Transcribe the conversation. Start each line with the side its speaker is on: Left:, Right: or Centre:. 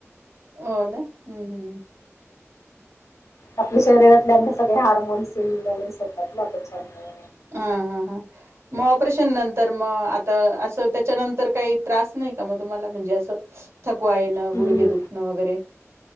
Right: हो ना हम्म हम्म
Left: आपल्या शरीरातल्या सगळे हार्मोन्स होतात त्याच्यामुळे
Right: हम हम हा मग ऑपरेशन नंतर मग आता असं त्याच्यानंतर काही त्रास नाही का मग तुम्हाला म्हणजे असं थकवा येणं
Left: हम्म.
Right: गुडगे दुखणं वगैरे